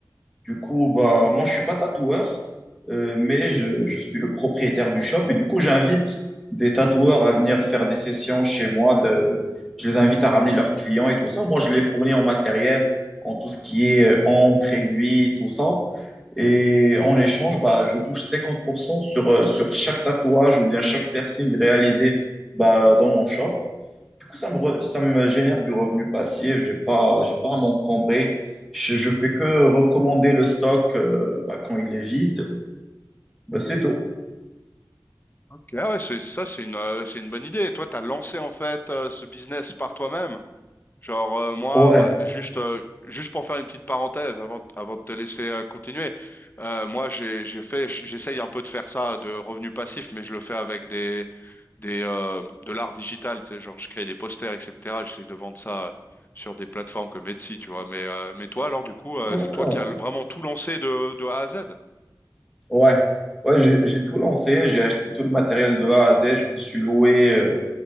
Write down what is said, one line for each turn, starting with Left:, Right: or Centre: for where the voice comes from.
Centre: Du coup, bah, moi, je suis pas tatoueur, euh, mais je, je suis le propriétaire du shop. Et du coup, j'invite des tatoueurs à venir faire des sessions chez moi. De, je les invite à ramener leurs clients et tout ça. Moi, je les fournis en matériel, en tout ce qui est euh, encre, aiguille, tout ça. Et en échange, bah, je touche 50% sur, euh, sur chaque tatouage ou bien chaque piercing réalisé bah, dans mon shop. Du coup, ça me, re- ça me génère du revenu passif. J'ai pas, j'ai pas à m'encombrer. Je, je fais que recommander le stock euh, bah, quand il est vide. Bah, c'est tout.
Left: Ok. Ah ouais, c'est ça, c'est une, euh, c'est une bonne idée. Et toi, t'as lancé en fait euh, ce business par toi-même. Genre euh, moi,
Centre: Ouais,
Left: bah, juste euh, juste pour faire une petite parenthèse avant avant de te laisser euh, continuer, euh, moi j'ai j'ai fait j'essaye un peu de faire ça de revenus passifs, mais je le fais avec des des euh, de l'art digital, tu sais, genre je crée des posters, etc. J'essaie de vendre ça euh, sur des plateformes comme Etsy, tu vois. Mais euh, mais toi alors du coup, euh,
Centre: d'accord.
Left: c'est toi qui as vraiment tout lancé de de A à Z.
Centre: Ouais. Ouais, j'ai, j'ai tout lancé. J'ai acheté tout le matériel de A à Z. Je me suis loué. euh,